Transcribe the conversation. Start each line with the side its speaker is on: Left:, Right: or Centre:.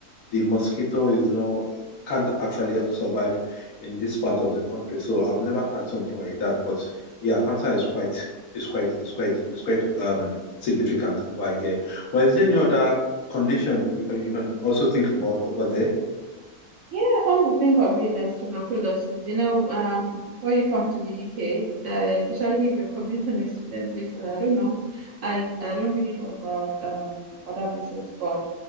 Left: the mosquito is not can't actually survive in this part of the country. So I've never had something like that. But yeah, cancer is quite is quite is quite is quite um significant over here. But is there any other condition you can you can also think about over there?
Right: Yeah, come to think of it, as tuberculosis. You know, um, before you come to the UK, uh, especially if you're coming on a <laughs> student visa, I don't know, I I don't really know about um other visas, but